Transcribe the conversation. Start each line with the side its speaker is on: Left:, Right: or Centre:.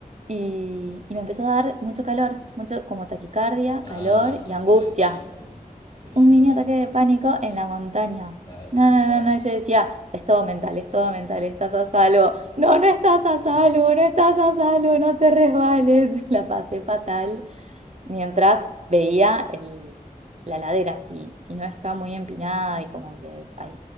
Right: Y, y me empezó a dar mucho calor, mucho como taquicardia,
Left: Ah,
Right: calor
Left: un
Right: y
Left: ataque
Right: angustia.
Left: de pánico. Qué lindo.
Right: Un mini ataque de pánico en la montaña.
Left: Claro, qué
Right: No,
Left: lindo
Right: no,
Left: lugar.
Right: no, no, y yo decía, es todo mental, es todo mental, estás a salvo. No, no estás a salvo,
Left: <laughs>
Right: no estás a salvo, no te resbales. <laughs> La pasé fatal mientras veía el- la ladera, si, si no está muy empinada y como que hay